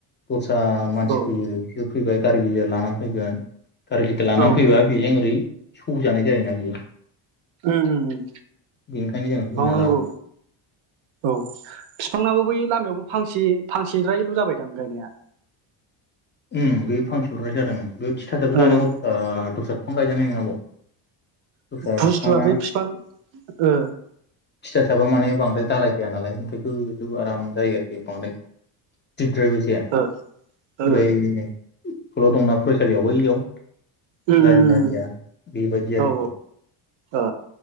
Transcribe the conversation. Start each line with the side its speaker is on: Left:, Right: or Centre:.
Left: दस्रा मानसि
Right: औ
Left: फैयो जोब फैबाय गारि गिदिर लाना फैगोन गारि लानानै
Right: औ
Left: फैबा बेजों ओरै सौजानाय जायोना बियो
Right: उम उम उम
Left: बेनिखायनो जों होनानै
Right: मावनांगौ
Left: लानांगौ
Right: औ बिफांनाबो बै लामायावबो फांसे फांसेद्रायल' जाबायदां गायनाया
Left: उम बे फांसेल' द्राय जादों बे थिथासाबसो
Right: ओं
Left: गायनांगौ ओ दस्रा बिफां गायजानाय नङा बाव दस्रा
Right: बुस्थुआ
Left: बिफाङा
Right: बे फिफां ओ
Left: थिथासाबा माने बांराय दालााय गैया नालाय ओमफाय गोजौ आराम जायो आरोखि बांद्राय दिरद्रायबो जाया
Right: ओ ओ
Left: बै स्कुलाव दंना फरायसालियाव बैयाव
Right: उम
Left: लारि
Right: उम
Left: लारिया बेबायदि आरोखि
Right: औ ओ